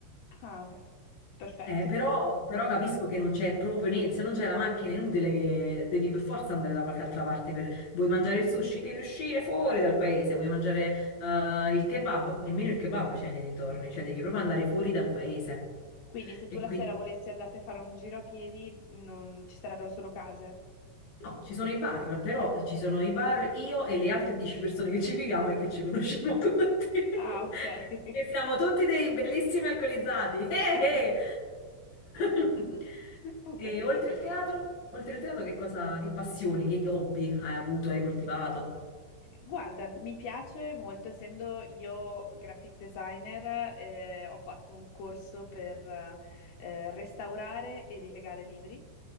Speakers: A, on the left; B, on the left.
A: Ah, beh, perfetto.
B: Eh, però,
A: <laughs>
B: però capisco che non c'è proprio niente, se non c'è la macchina è inutile che devi per forza andare da qualche altra parte per... Vuoi mangiare il sushi? Devi uscire fuori dal paese, vuoi mangiare eh, il kebab? Nemmeno il kebab c'è nei dintorni, cioè devi proprio andare fuori dal paese.
A: Quindi se tu
B: E
A: la
B: quindi...
A: sera volessi andarti a fare un giro a piedi, non ci sarebbero solo case.
B: No, ci sono i bar, però ci sono i bar io e le altre 10 persone che ci viviamo e che ci conosciamo tutti.
A: Ah,
B: <laughs>
A: ok. <laughs>
B: E siamo tutti dei bellissimi alcolizzati. Eh,
A: <laughs>
B: eh. <laughs>
A: Ho
B: E
A: capito,
B: oltre
A: ho capito.
B: il teatro? Oltre il teatro che cosa, che passioni, che hobby hai avuto, hai coltivato?
A: Guarda, mi piace molto, essendo io graphic designer, eh, ho fatto un corso per eh, restaurare e rilegare libri.